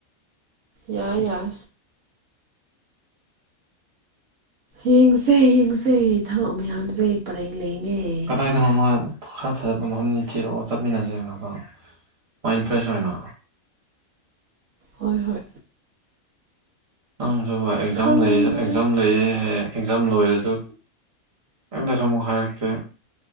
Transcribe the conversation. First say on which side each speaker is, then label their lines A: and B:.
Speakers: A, on the right; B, on the right.
A: ꯌꯥꯏ ꯌꯥꯏ ꯌꯦꯡꯁꯦ ꯌꯦꯡꯁꯦ ꯊꯕꯛ ꯃꯌꯥꯝꯁꯦ ꯄꯔꯦꯡ ꯂꯦꯡꯉꯦ
B: ꯀꯗꯥꯏꯗꯅꯣ ꯑꯃ ꯈꯔ ꯐꯖꯕ ꯃꯐꯝꯅꯤ ꯊꯤꯔꯛꯑꯣ ꯆꯠꯃꯤꯟꯅꯁꯦꯗꯅ ꯑꯗꯣ ꯃꯥꯏꯟ ꯐ꯭ꯔꯦꯁ ꯑꯣꯏꯅ
A: ꯍꯣꯏ ꯍꯣꯏ
B: ꯅꯪꯁꯨꯕ
A: ꯑꯁ
B: ꯑꯦꯛꯖꯥꯝ
A: ꯈꯪꯗꯦꯗ
B: ꯂꯩ ꯑꯦꯛꯖꯥꯝ ꯂꯩ ꯌꯦ ꯍꯥꯏꯌꯦ ꯑꯦꯛꯖꯥꯝ ꯂꯣꯏꯔꯁꯨ ꯑꯥꯏꯝꯇꯁꯨ ꯑꯃꯨꯛ ꯍꯥꯏꯔꯛꯇꯦ